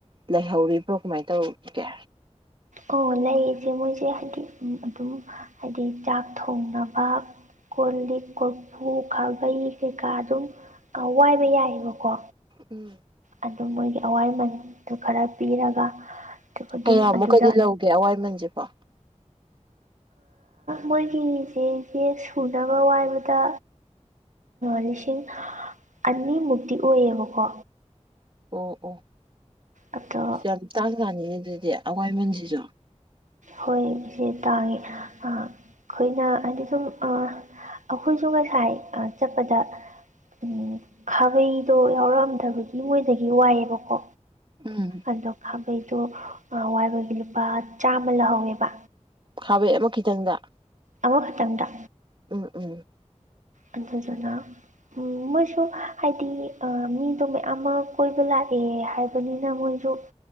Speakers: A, on the right; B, on the right.
A: ꯂꯩꯍꯧꯔꯤꯕ꯭ꯔꯣ ꯀꯃꯥꯏꯅ ꯇꯧꯒꯦ
B: ꯑꯣ ꯂꯩꯔꯤꯁꯦ ꯃꯣꯏꯁꯦ ꯍꯥꯏꯗꯤ ꯑꯗꯨꯝ ꯍꯥꯏꯗꯤ ꯆꯥꯛ ꯊꯣꯡꯅꯕ ꯀꯣ ꯂꯤꯛ ꯀꯣꯔꯐꯨ ꯈꯥꯕꯩ ꯀꯩꯀꯥ ꯑꯗꯨꯝ ꯀ ꯋꯥꯏꯕ ꯌꯥꯏꯑꯕꯀꯣ
A: ꯎꯝ
B: ꯑꯗꯨ ꯃꯣꯏꯒꯤ ꯑꯋꯥꯏꯃꯟꯗꯨ ꯈꯔ ꯄꯤꯔꯒ ꯑꯗꯨꯝ
A: ꯀꯌꯥꯃꯨꯛꯀꯗꯤ
B: ꯑꯗꯨꯗ
A: ꯂꯧꯒꯦ ꯑꯋꯥꯏꯃꯟꯁꯤꯦꯕꯣ
B: ꯃꯣꯏꯒꯤꯁꯦ ꯕꯦꯛ ꯁꯨꯅꯕ ꯋꯥꯏꯕꯗ ꯂꯤꯁꯤꯡ ꯑꯅꯤꯃꯨꯛꯇꯤ ꯑꯣꯏꯌꯦꯕꯀꯣ
A: ꯑꯣ ꯑꯣ
B: ꯑꯗꯣ
A: ꯌꯥꯝ ꯇꯥꯡ ꯇꯥꯅꯤꯉ ꯑꯗꯨꯗꯤ ꯑꯋꯥꯏꯃꯟꯁꯤꯁꯨ
B: ꯍꯣꯏ ꯏꯆꯦ ꯇꯥꯡꯉꯦ ꯑꯩꯈꯣꯏꯅ ꯍꯥꯏꯗꯤ ꯁꯨꯝ ꯑꯩꯈꯣꯏꯁꯨ ꯉꯁꯥꯏ ꯆꯠꯄꯗ ꯎꯝ ꯈꯥꯕꯩꯗꯣ ꯌꯥꯎꯔꯛꯑꯝꯗꯕꯒꯤ ꯃꯣꯏꯗꯒꯤ ꯋꯥꯏꯑꯦꯕꯀꯣ
A: ꯎꯝ
B: ꯑꯗꯣ ꯈꯥꯕꯩꯗꯣ ꯋꯥꯏꯕꯣꯏꯒꯤ ꯂꯨꯄꯥ ꯆꯥꯝꯃ ꯂꯧꯍꯧꯋꯦꯕ
A: ꯈꯥꯕꯩ ꯑꯃ ꯈꯤꯇꯪꯗ
B: ꯑꯃꯈꯛꯇꯗ
A: ꯎꯝ ꯎꯝ
B: ꯑꯗꯨꯗꯨꯅ ꯎꯝ ꯃꯣꯏꯁꯨ ꯍꯥꯏꯗꯤ ꯑ ꯃꯤꯗꯣ ꯃꯌꯥꯝ ꯑꯃ ꯀꯣꯏꯕ ꯂꯥꯛꯑꯦ ꯍꯥꯏꯕ ꯑꯗꯨꯅꯤꯅ ꯃꯣꯏꯁꯨ